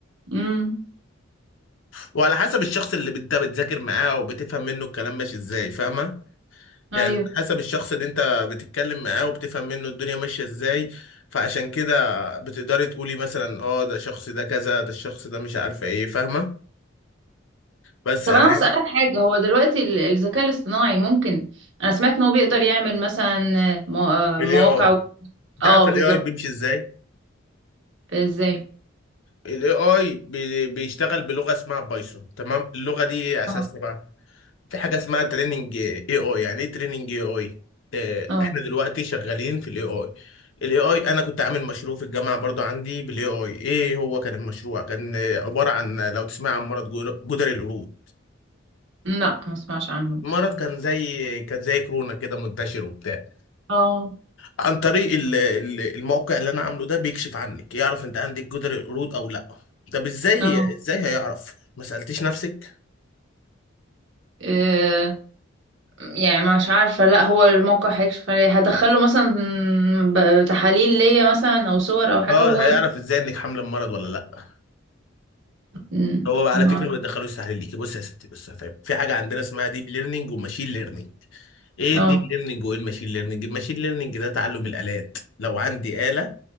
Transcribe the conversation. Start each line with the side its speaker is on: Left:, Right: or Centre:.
Right: امم
Left: وعلى حسب الشخص اللي انت بتذاكر معاه او بتفهم منه الكلام ماشي ازاي فاهمه
Right: ايوه
Left: يعني حسب الشخص اللي انت بتتكلم معاه وبتفهم منه الدنيا ماشية ازاي فعشان كده بتقدري تقولي مثلا اه ده الشخص ده كذا ده الشخص ده مش عارفه ايه فاهمة بس
Right: طب
Left: انا
Right: انا هسألك حاجة هو دلوقتي ال- الذكاء الاصطناعي ممكن انا سمعت ان هو بيقدر يعمل مثلا مو-
Left: الاي
Right: مواقع
Left: اي
Right: و-
Left: انت
Right: اه
Left: عارفة
Right: بالظبط
Left: الاي اي بيمشي ازاي
Right: ازاي
Left: الاي اي بيشتغل بلغة اسمها بايثون تمام اللغة دي ايه اساسها
Right: اه
Left: بقى في حاجه اسمها تريننج اي اي يعني ايه تريننج اي اي
Right: اه
Left: احنا دلوقتي شغالين في الاي اي الاي اي انا كنت عامل مشروع في الجامعه برضو عندي بالاي اي ايه هو كان المشروع كان آه، عباره عن لو تسمع عن مرض جر- جدري القرود
Right: لا ما اسمعش عنه
Left: المرض
Right: بس
Left: كان زي كان زي كورونا كده منتشر وبتاع
Right: اه
Left: عن طريق ال- ال- الموقع اللي انا عامله ده بيكشف عنك يعرف انت عندك جدري القرود او لا طب ازاي
Right: اه
Left: ازاي هيعرف ما سالتيش نفسك
Right: إيه، يعني مش عارفة لا هو الموقع هيكشف عليه هدخله مثلا ب- تحاليل ليا مثلا او صور او حاجة
Left: اه
Right: وهو
Left: هيعرف
Right: يبقى
Left: ازاي انك حامله المرض ولا لا
Right: مم،
Left: هو على
Right: ما
Left: فكره
Right: أعرف.
Left: ما بيدخلوش تحليل ليكي بص يا ستي بص هفهم في حاجه عندنا اسمها ديب ليرنينج وماشين ليرنينج ايه
Right: اه
Left: الديب ليرنينج وايه الماشين ليرنينج الماشين ليرنينج ده تعلم الالات لو عندي اله